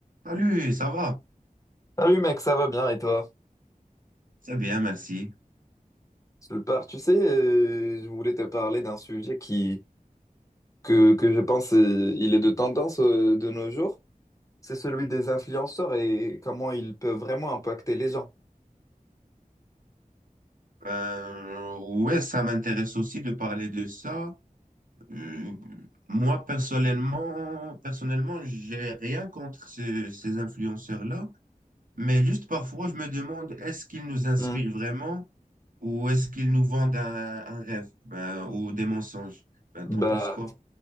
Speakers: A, on the right; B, on the left.
A: Salut, ça va?
B: Salut mec, ça va bien et toi?
A: C'est bien, merci.
B: Super. Tu sais, euh, je voulais te parler d'un sujet qui que, que je pense euh, il est de tendance euh, de nos jours. C'est celui des influenceurs et comment ils peuvent vraiment impacter les gens.
A: Euh, ouais, ça m'intéresse aussi de parler de ça. Euh, moi, personnellement, personnellement, j'ai rien contre ce- ces influenceurs-là, mais juste parfois, je me demande, est-ce qu'ils nous inspirent
B: Hmm.
A: vraiment ou est-ce qu'ils nous vendent un, un rêve, ben, ou des mensonges? Ben,
B: Bah,
A: t'en penses quoi?